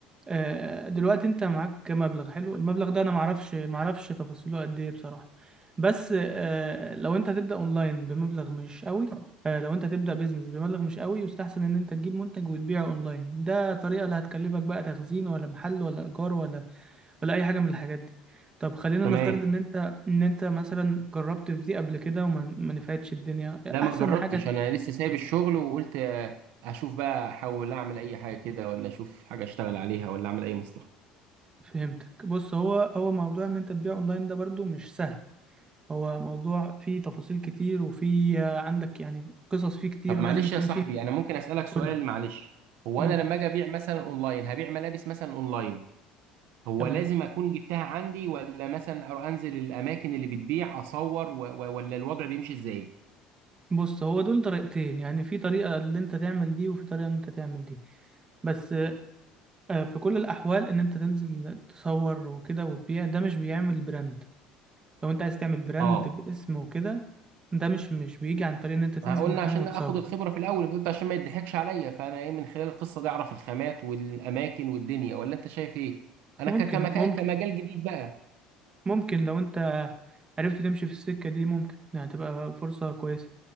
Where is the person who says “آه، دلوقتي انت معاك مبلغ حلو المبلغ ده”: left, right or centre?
Right